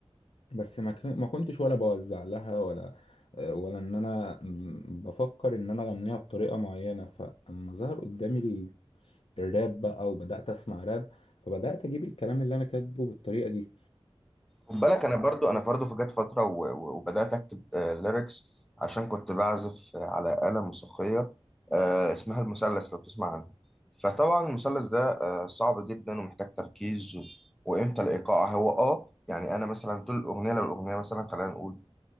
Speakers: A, on the left; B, in the centre.
A: بس ما كن- ما كنتش ولا بوزع لها ولا ولا ان انا م- بفكر ان انا اغنيها بطريقه معينه فاما ظهر قدامي ال- الراب بقى وبدات اسمع راب فبدات اجيب الكلام اللي انا كاتبه بالطريقه دي
B: خد بالك انا برضو انا برضو في جت فتره و- و- وبدات اكتب ليركس عشان كنت بعزف على آلة موسيقيه آه، اسمها المثلث لو تسمع عنها فطبعا المثلث ده آه، صعب جدا ومحتاج تركيز و- وامتى الايقاع هو اه يعني انا مثلا طول الاغنيه لو الاغنيه مثلا خلينا نقول